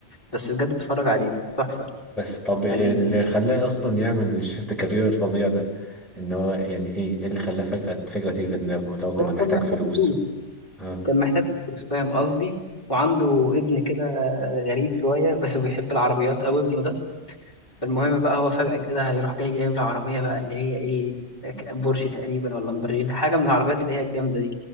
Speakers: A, on the left (about 20°); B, in the centre.
A: بس بجد اتفرج عليه تحفة
B: بس طب اللي
A: يعني
B: خلاه اصلا يعمل الشيفت كارير الفظيع ده ان هو يعني ايه إيه اللي خلاه فجأة الفكرة تيجي في دماغه اللي هو كان
A: هو كان
B: محتاج
A: محتاج
B: فلوس
A: فلوس
B: اه
A: كان محتاج فلوس فاهم قصدي وعنده ابن كده غريب شوية بس بيحب العربيات أوي ابنه ده فالمهم بقى هو فجأة كده هيروح جاي جايب له عربية بقى اللي هي إيه بورش تقريبا ولا لامبرجيني حاجة من العربيات اللي هي الجامدة دي